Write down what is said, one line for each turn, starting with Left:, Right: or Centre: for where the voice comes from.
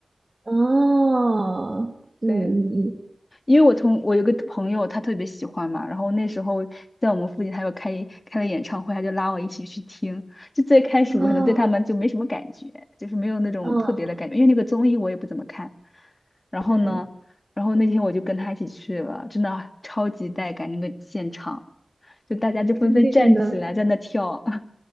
Right: 哦，这么有意义
Left: 对，因为我同我有个朋友，他特别喜欢嘛，然后那时候在我们附近，他有开开了演唱会，他就拉我一起去听。就最开始我可能对他们就没什么感觉，
Right: 啊，
Left: 就是没有那种特别的感觉，
Right: 嗯
Left: 因为那个综艺我也不怎么看。然后呢，
Right: 嗯，
Left: 然后那天我就跟他一起去了，真的超级带感，那个现场就大家就纷纷站起来在那跳。
Right: 肯定的，